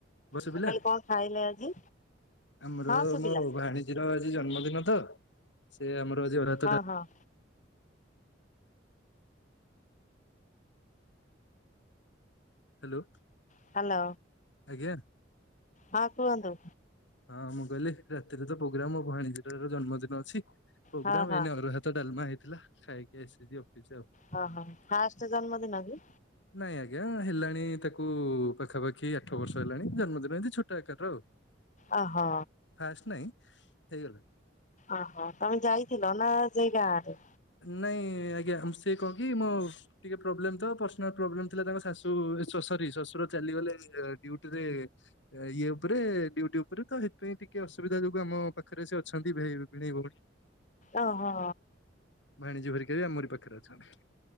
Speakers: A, on the left; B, on the left.
A: ମୋ ଶୁଭିଲା?
B: କହିଲି କଣ ଖାଇଲେ ଆଜି
A: ଆମର
B: ହଁ ଶୁଭିଲା
A: ମୋ ଭାଣୀଜୀର ଆଜି ଜନ୍ମଦିନ ତ, ସେ ଆମର ଆଜି ଅରୁଆ ଭାତ
B: ହଁ,
A: ଡାଲି
B: ହଁ।
A: ହ୍ୟାଲୋ।
B: ହ୍ୟାଲୋ।
A: ଆଜ୍ଞା
B: ହଁ କୁହନ୍ତୁ।
A: ହଁ ମୁଁ କହିଲି ରାତିରେ ତ ପୋଗ୍ରାମ୍, ମୋ ଭାଣୀଜୀର ଜନ୍ମଦିନ ଅଛି ପ୍ରୋଗ୍ରାାମ
B: ହଁ ହଁ
A: ଏଇନା ଅରୁଆ ଭାତ ଡାଲମା ହେଇଥିଲା। ଖାଇକି ଆସିଛି ଅଫିସ ଆଉ।
B: ହଁ, ହଁ ଫାଷ୍ଟ ଜନ୍ମଦିନ କି?
A: ନାଇଁ ଆଜ୍ଞା ହେଲାଣି ତାକୁ ପାଖାପାଖି ଆଠ ବର୍ଷ ହେଲାଣି, ଜନ୍ମଦିନ ଏମିତି ଛୋଟ ଆକାର ଆଉ।
B: ଅ ହୋ।
A: ଫାଷ୍ଟ ନାଇଁ ହେଇଗଲା।
B: ଓହୋ ତମେ ଯାଇଥିଲ ନାଁ ସେଇ ଗାଁ ଆଡେ
A: ନାଇଁ ଆଜ୍ଞା ସିଏ କଣ କି ମୋ ଟିକେ ପ୍ରୋବ୍ଲେମ୍ ତ ପର୍ସନାଲ୍ ପ୍ରୋବ୍ଲେମ୍ ଥିଲା ତାଙ୍କ ଶାଶୁ ଶ୍ୱାଶ ସରି ଶଶୁର ଚାଲିଗଲେ ଡିଉଟିରେ ଇଏ ଉପରେ ଡିଉଟି ଉପରେ ତ ସେଥିପାଇଁ ଟିକେ ଅସୁବିଧା ଯୋଗୁ ଆମ ପାଖରେ ସେ ଅଛନ୍ତି ଭିଣେଇ ଭଉଣୀ।
B: ଓହୋ।
A: ଭାଣୀଜୀ ଘରିକ ବି ଆମରି ପାଖରେ ଅଛନ୍ତି।